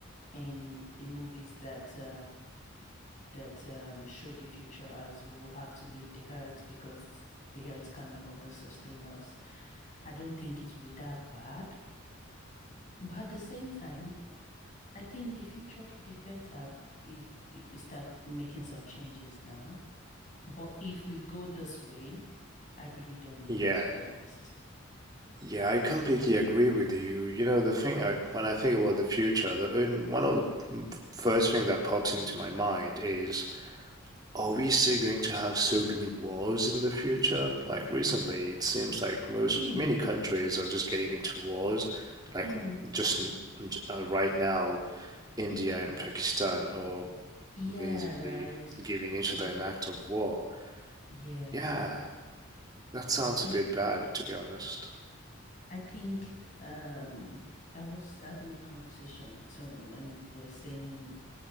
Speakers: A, on the left; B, on the right.
A: in the movies that uh, that um, show the future as we will have to leave the earth because the earth can no longer sustain us. I don't think it will be that bad. But at the same time. I think the future could be better if if we start making some changes now. But if we go this way, I really don't know,
B: Yeah.
A: to be honest.
B: Yeah, I completely agree with you. You know, the thing I, when I think about the future, the un- one of the m- first thing that pops into my mind is, are we still going to have so many wars in the future? Like recently, it seems like most
A: Hmm.
B: many countries are just getting into wars. Like
A: Hmm.
B: just n- j- uh, right now, India and Pakistan are
A: Yeah,
B: basically
A: right.
B: giving each other
A: Y
B: an act of war.
A: yeah.
B: Yeah, that sounds
A: I
B: a bit bad, to be honest.
A: I think um I was having a conversation with someone and we were saying